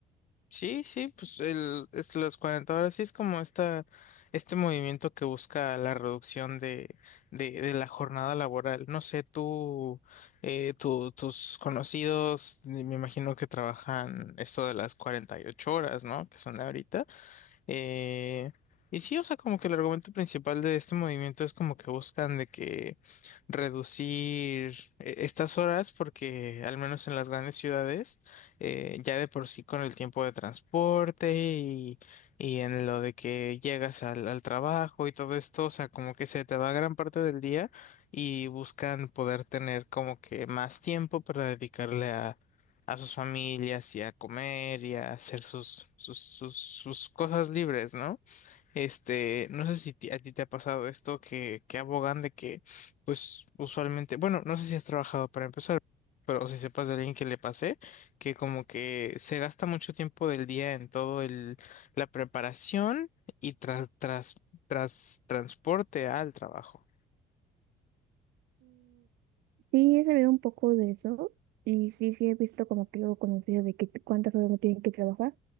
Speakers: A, on the left; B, on the right.
A: Sí, sí, pues el, es las 40 horas sí es como esta, este movimiento que busca la reducción de, de, de la jornada laboral. No sé, tú, eh, tu- tus conocidos, me imagino que trabajan esto de las 48 horas, ¿no? Que son ahorita. Eh, y sí, o sea, como que el argumento principal de este movimiento es como que buscan de que reducir eh, estas horas porque al menos en las grandes ciudades eh, ya de por sí con el tiempo de transporte y, y en lo de que llegas al, al trabajo y todo esto, o sea, como que se te va gran parte del día y buscan poder tener como que más tiempo para dedicarle a sus familias y a comer y a hacer sus, sus, sus, sus cosas libres, ¿no? Este, no sé si ti- a ti te ha pasado esto que, que abogan de que, pues, usualmente, bueno, no sé si has trabajado para empezar, pero si sepas de alguien que le pase, que como que se gasta mucho tiempo del día en todo el, la preparación y tras, tras, tras transporte al trabajo.
B: Sí, he sabido un poco de eso y sí, sí he visto como que algo conocido de que cuántas horas no tienen que trabajar.